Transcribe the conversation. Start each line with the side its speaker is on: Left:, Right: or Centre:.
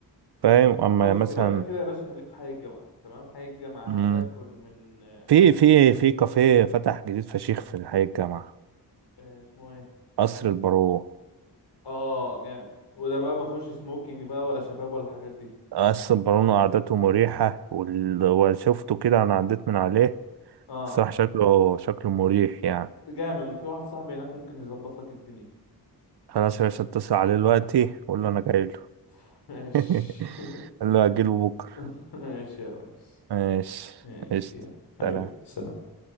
Right: فاهم اما
Left: بص
Right: مثلا
Left: يبقى انت كده يا باشا خليك في حي الجامعة تمام حي الجامعة
Right: امم
Left: هتاكل من آه،
Right: في في في كافيه فتح جديد فشيخ في الحي الجامعة
Left: آه، اسمه ايه
Right: قصر البارون
Left: اه جامد وده بقى ما فيهوش سموكينج بقى ولا شباب ولا الحاجات دي
Right: قصر البارون وقعدته مريحة وال- وشفته كده انا عديت من عليه
Left: اه
Right: الصراحة شكله شكله مريح يعني
Left: جامد وفي واحد صاحبي هناك ممكن يظبط لك الدنيا
Right: خلاص يا باشا اتصل عليه دلوقتي قول
Left: <laughs>
Right: له انا جاي
Left: ماشي
Right: <laughs> قال له أجيله بكرة
Left: <laughs> ماشي يا ريس
Right: ماشي
Left: ماشي
Right: قشطة
Left: يلا حبيبي
Right: سلام
Left: سلام